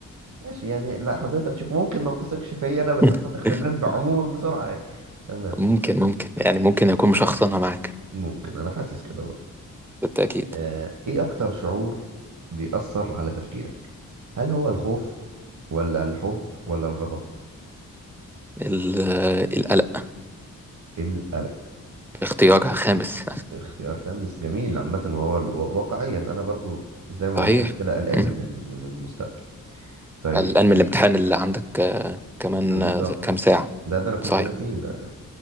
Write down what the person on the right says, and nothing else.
ماشي يعني لا حضرتك شوف ممكن ما بتثقش فيا انا
بس بتثق في الناس عموما بسرعه يعني تمام تمام
ممكن انا حاسس كده برضه
آه، ايه اكتر شعور بيأثر على تفكيرك هل هو الخوف ولا الحب ولا الغضب
القلق
اختيار خامس جميل عامة وهو ال- واقعيا انا برضو زي ما
قلت لك كده قلقان
من ال- من المستقبل طيب
بالظبط
ده ده انا كنت
ناسيه ده